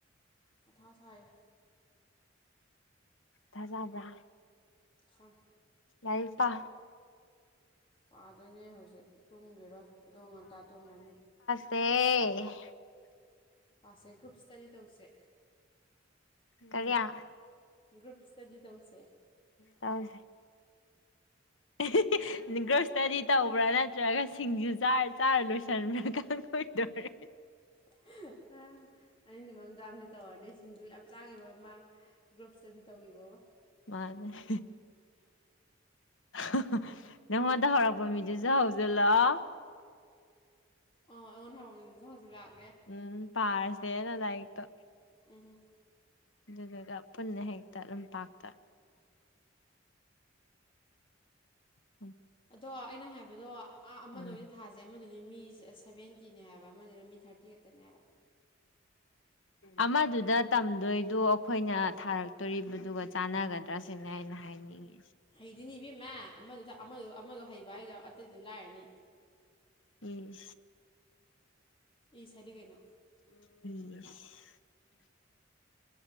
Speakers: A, on the left; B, on the left.
A: ꯃꯊꯥ ꯁꯥꯏꯌꯦ
B: ꯊꯥꯖꯥꯕ꯭ꯔ
A: ꯍ
B: ꯂꯩ ꯄꯥ
A: ꯄꯥꯗꯣꯏꯅꯦ ꯍꯧꯖꯤꯛ ꯇꯨꯝꯈꯤꯔꯣꯏ ꯑꯣ ꯉꯟꯇꯥ ꯇꯨꯝꯃꯅꯤ
B: ꯄꯦ
A: ꯄꯥꯁꯦ ꯒ꯭ꯔꯨꯞ ꯏꯁꯇꯗꯤ ꯇꯧꯁꯦ
B: ꯀꯔꯤꯌꯥ
A: ꯒ꯭ꯔꯎꯞ ꯁ꯭ꯇꯗꯤ ꯇꯧꯁꯦ
B: ꯇꯥꯔꯁꯦ <inaudible> ꯑꯦ ꯍꯦ ꯍꯦ <unintelligible> ꯏꯁꯇꯗꯤ ꯇꯧꯕ꯭ꯔ ꯅ ꯅꯠꯇ꯭ꯔꯒ ꯁꯤꯡꯖꯨ ꯆꯥꯔ ꯆꯥꯔ ꯂꯣꯏꯁꯟꯕ꯭ꯔꯒ ꯀꯣꯏꯗꯔꯦ
A: ꯍꯤ ꯑ ꯑꯅꯤꯗꯨꯏ ꯃꯅꯨꯡꯗ ꯑꯃꯗꯤ ꯇꯧꯔꯅꯤ ꯁꯤꯡꯖꯨ ꯌꯥꯝ ꯆꯥꯈꯤꯕ ꯑꯃ ꯒ꯭ꯨꯔꯞ ꯏꯁꯇꯗꯤ ꯇꯧꯈꯤꯕ ꯑꯃ
B: ꯃꯥꯅꯦ ꯍꯥ ꯍꯥ ꯍꯥ ꯅꯪꯉꯣꯟꯗ ꯍꯧꯔꯛꯄ ꯃꯤ ꯗꯤꯖꯥ ꯍꯧꯖꯤꯜꯂꯣ ꯍꯥ ꯍꯥ
A: ꯑꯣ ꯑꯩꯉꯣꯟꯗ ꯍꯧꯔꯝꯕ ꯗꯨꯁꯨ ꯍꯧꯖꯂꯛ
B: ꯎꯝ ꯄꯥꯔꯁꯦꯅ ꯂꯥꯏꯔꯤꯛꯇꯣ
A: ꯎꯝ
B: ꯑꯗꯨꯗꯨꯒ ꯄꯨꯟꯅ ꯍꯦꯛꯇ ꯂꯝꯄꯥꯛꯇ ꯎꯝ
A: ꯑꯗꯣ ꯑꯩꯅ ꯍꯥꯏꯕꯗꯣ ꯑ ꯑꯃꯗ
B: ꯎꯝ
A: ꯑꯣꯏꯅ ꯊꯥꯁꯦ ꯑꯃꯗꯨ ꯗꯤ ꯃꯤ ꯁ ꯁꯚꯦꯟꯇꯤꯅꯦ ꯍꯥꯏꯕ ꯑꯃꯗꯨꯅ ꯃꯤ ꯊꯥꯔꯇꯤꯈꯛꯇꯅꯦ ꯍꯥꯏꯕ
B: ꯑꯃꯗꯨꯗ ꯇꯝꯗꯣꯏꯗꯣ ꯑꯩꯈꯣꯏꯅ ꯊꯥꯔꯛꯇꯣꯔꯤꯕꯗꯨꯒ ꯆꯥꯟꯅꯒꯗ꯭ꯔꯥꯁꯤꯅꯦ ꯑꯩꯅ ꯍꯥꯏꯅꯤꯡꯉꯤ
A: ꯍꯩꯗꯤ ꯍꯩ ꯏꯕꯦꯝꯃꯥ ꯑꯃꯗꯨꯗ ꯑꯃꯗꯣ ꯑꯃꯗꯣ ꯍꯩꯕ ꯍꯥꯏꯁꯦ ꯑꯇꯩꯗꯤ ꯂꯥꯏꯔꯅꯤ
B: ꯎꯝ
A: ꯏꯁ ꯍꯥꯏꯗꯤ ꯀꯩꯅꯣ
B: <unintelligible>